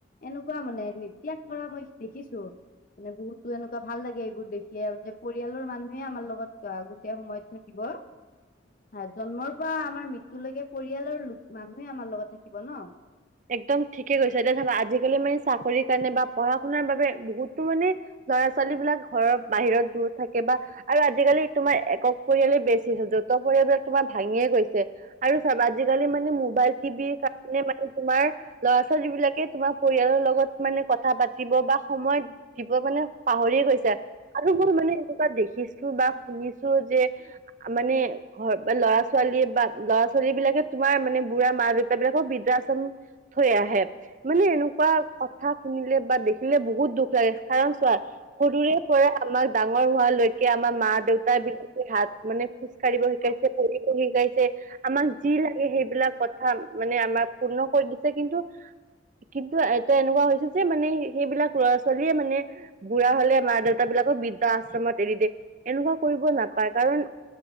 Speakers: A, on the left; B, on the right.
A: এনেকুৱা মানে ত্যাগ কৰা মই দেখিছো। মানে বহুতো এনেকুৱা ভাল লাগে এইবোৰ দেখিয়ে আৰু যে পৰিয়ালৰ মানুহে আমাৰ লগত আহ গোটেই সময়ত থাকিব। ক। হয়, জন্মৰ পৰা আমাৰ মৃত্যয়ুলৈকে পৰিয়ালৰ লোক মানুহে আমাৰ লগত থাকিব ন।
B: একদম ঠিকে গৈছা! এতিয়া ধাবা আজিকালি মানে চাকৰি কাৰণে বা পঢ়া শুনাৰ বাবে বহুতো মানে। ল'ৰা ছোৱালী বিলাক ঘৰৰ বাহিৰত দূৰ থাকে বা আৰু আজিকালি তোমাৰ একক পৰিয়ালেই বেছি।। পৰিাক তোমাৰ ভাঙিয়ে গৈছে আৰু চাব আজিকালি মানে মোবাইল টিভিৰ কাৰণে ম। তোমাৰ ল'ৰা ছোৱালী বিলাকে তোমাৰ পৰিয়ালৰ লগত মানে কথা পাতিব বা সময় দিব মানে। পাহৰি গৈছে। আৰু মই মানে এনেকুৱা দেখিছো বা শুনিছো যে মানে ঘৰ বা ল'ৰা ছোৱালী। বা ল'ৰা ছোৱালী বিাক তোমাৰ মানে বুঢ়া মা দেউতা বিলাকক বিদা। থৈ আহে মানে এনেকুৱা কথা শুনিলে বা দেখিলে বহুত দুখ লাগে কাৰণ। সৰুৰে পৰা আমাক ডাঙৰ হোৱালৈকে আমাৰ মা দেউতাৰ বিলাকে হাত। মানে খোজ কঢ়িব শিকাইছে পঢ় শিকাইছে আমাক যি লাগে সেইবিলাক কথা মানে আমাক। পূৰ্ণ কৰি দিছে কিন্তু। কিন্তু এয়া এনেকুৱা হৈছে যে মানে সেইবিলাক ল'ৰা ছোৱালীয়ে মানে বুঢ়া হলে মা দেউতা বিলাক। বৃদ্ধা আশ্ৰমত এৰি দিয়ে এনেকুৱা কৰিব নাপায় কাৰণ।